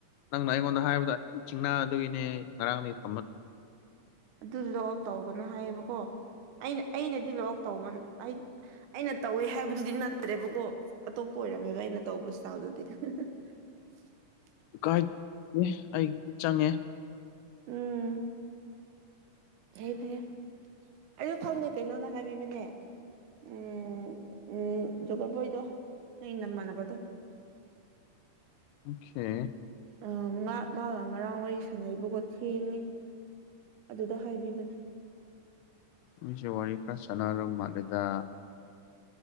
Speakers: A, on the left; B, on the right.
A: ꯅꯪꯅ ꯑꯩꯉꯣꯟꯗ ꯍꯥꯏꯕꯗ ꯑꯩ ꯑꯗꯨꯝ ꯆꯤꯡꯅꯗꯣꯏꯅꯦ ꯉꯔꯥꯡꯗꯒꯤ ꯊꯝꯃꯦ
B: ꯑꯗꯨ ꯂꯣꯛ ꯑꯥꯎꯠ ꯇꯧꯒꯅꯨ ꯍꯥꯏꯌꯦꯕꯀꯣ ꯑꯩꯅ ꯑꯩꯅꯗꯤ ꯂꯣꯛ ꯇꯧꯕ ꯑꯩ ꯑꯩꯅ ꯇꯧꯋꯦ ꯍꯥꯏꯕꯗꯨꯗꯤ ꯅꯠꯇ꯭ꯔꯦꯕꯀꯣ ꯑꯇꯣꯞꯄ ꯑꯣꯏꯔꯝꯃꯦꯕ ꯑꯩꯅ ꯇꯧꯕ ꯢꯁꯇꯥꯜꯗꯨꯗꯤ <inaudible>
A: ꯀꯥꯏ <unintelligible> ꯑꯩꯒꯤꯗꯤ ꯆꯪꯉꯦ
B: ꯎꯝ ꯐꯩꯌꯦ ꯐꯩꯌꯦ ꯑꯩ ꯈꯪꯗꯦ ꯀꯩꯅꯣꯅ ꯍꯥꯏꯕꯤꯕꯅꯦ ꯎꯝ ꯎꯝ ꯖꯣꯒꯔꯕꯣꯢꯗꯣ ꯅꯪ ꯅꯃꯥꯟꯅꯕꯗꯣ
A: ꯑꯣꯀꯦ
B: ꯑꯥ ꯃꯥꯒ ꯉꯔꯥꯡ ꯋꯥꯔꯤ ꯁꯥꯟꯅꯩꯕꯀꯣ ꯊꯦꯡꯉꯦ ꯑꯗꯨꯗ ꯍꯥꯏꯕꯤꯕꯅꯦ
A: ꯃꯤꯁꯦ ꯋꯥꯔꯤ ꯈꯔ ꯁꯥꯟꯅꯔ ꯃꯜꯂꯦꯗ